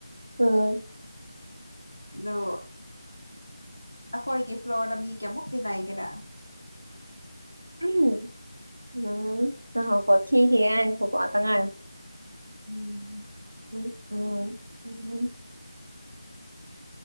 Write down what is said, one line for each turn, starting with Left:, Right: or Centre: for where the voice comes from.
Right: ꯎꯝ
Left: ꯑꯗꯣ ꯑꯈꯣꯏꯒꯤ ꯐ꯭ꯂꯣꯔꯗ ꯃꯤ ꯀꯌꯥꯃꯨꯛꯇꯤ ꯂꯩ ꯒꯦꯔ
Right: ꯎꯍꯝ ꯎꯝ ꯉꯥꯏꯈꯣꯀꯣ ꯊꯤꯈꯤꯒꯦ ꯉꯥꯏꯈꯣꯀꯣ ꯉꯥꯇꯪ ꯉꯥꯏꯌꯣ
Left: ꯎꯝ
Right: <inaudible>